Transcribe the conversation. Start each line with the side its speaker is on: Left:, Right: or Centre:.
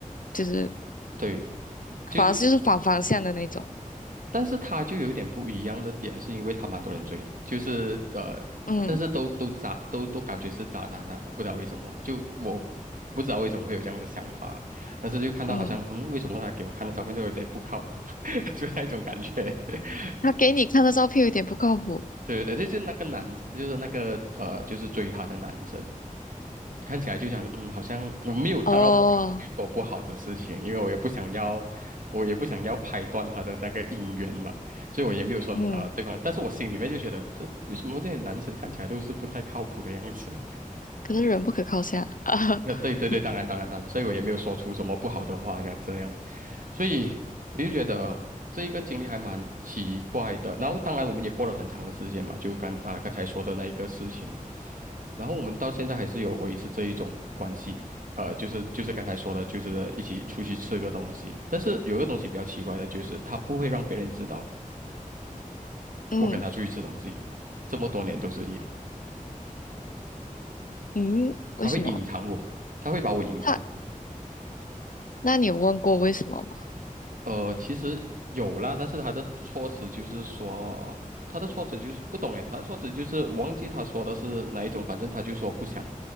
Left: 就是
Right: 对就
Left: 反而就是反方向的那种。
Right: 但是他就有点不一样的点，是因为他蛮多人追的，就是呃，
Left: 嗯
Right: 但是都都渣都都感觉是渣男啊，不知道为什么，就我不知道为什么会有这样的想法，但是就看到好像嗯，
Left: 嗯，
Right: 为什么他给我看的照片都有点不靠谱，<laughs> 就那一种感觉，<laughs>
Left: 他给你看的照片有点不靠谱
Right: 对对对，就是那个男，就是那个呃，就是追她的男生，看起来就想，嗯，好像我没有，当然我没有去做不好的事情，
Left: 哦。
Right: 因为我也不想要，我也不想要拍断他的那个姻缘嘛，所以我也没有说啊、
Left: 嗯，
Right: 呃对方，但是我心里面就觉得，这为什么这些男生看起来都是不太靠谱的样子？
Left: 可是人不可靠下。<laughs>
Right: 呃，对对对，当然当然当然，所以我也没有说出什么不好的话，像这样，所以我就觉得这一个经历还蛮奇怪的。然后当然我们也过了很长的时间嘛，就刚啊、刚才说的那一个事情，然后我们到现在还是有维持这一种关系，呃，就是就是刚才说的，就是一起出去吃个东西。但是有一个东西比较奇怪的就是，他不会让别人知道
Left: 嗯
Right: 我跟他出去吃东西，这么多年都是一样，
Left: 嗯，为什么？
Right: 他会隐藏我，他会把我隐藏起来。
Left: 那那你有问过为什么吗？
Right: 呃，其实有啦，但是他的措辞就是说，他的措辞就是不懂诶，他的措辞就是我忘记他说的是哪一种，反正他就说不想，